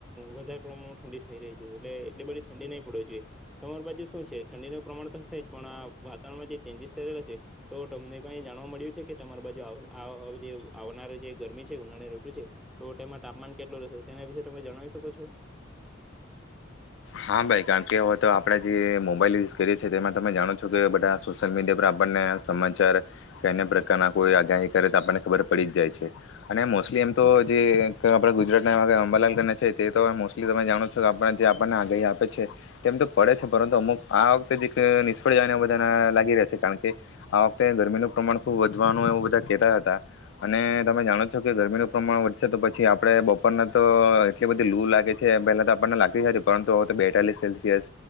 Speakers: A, in the centre; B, on the left.
A: વધારે પ્રમાણમાં ઠંડી થઈ રહી છે એટલે એટલી બધી ઠંડી નહીં પડ જોઈએ તમારી બાજુ શું છે ઠંડીનું પ્રમાણ તો હશે જ પણ આ વાતાવરણમાં જે ચેન્જીસ થયલા છે તો તમને ક જાણવા મળ્યું છે કે તમારી બાજુ જે આવનાર જે ગરમી છે ઉનાળાની ઋતુ છે તો તેમાં તાપમાન કેટલું રહેશે તેના વિશે તમે જણાવી શકો છો?
B: હા ભાઈ કારણ કે હવે તો આપણેે જે મોબાઈલ યુઝ કરીએ તેમાં તમે જાણો છો કે બધા સોશિયલ મીડિયા પર આપણને સમાચાર કે અન્ય પ્રકારના કોઈ આગાહી કરે તો આપણને ખબર પડી જ જાય છે અને મોસ્ટલી એમ તો જે આપડા ગુજરાતના અંબાલાલ છે તે તો મોસ્ટલી તમે જાણો છો કે આપ જે પણ આગાહી આપે છે તેમ તો પડે છે પરંતુ અમુક આ વખતે જ એક નિષ્ફળ જાયને બધા લાગી રહ છે કારણ કે આ વખતે ગરમીનું પ્રમાણ ખુબ વધવાનું એવું બધા કેતા હતા અને તમે જાણો છો કે ગરમીનું પ્રમાણ વધશે તો પછી આપડે બપોરના તો એટલી બધી લૂ લાગે છે પહેલા તો આપણને લાગતી હતી પરંતુ હવે તો બેતાલીસ સેલ્સિયસ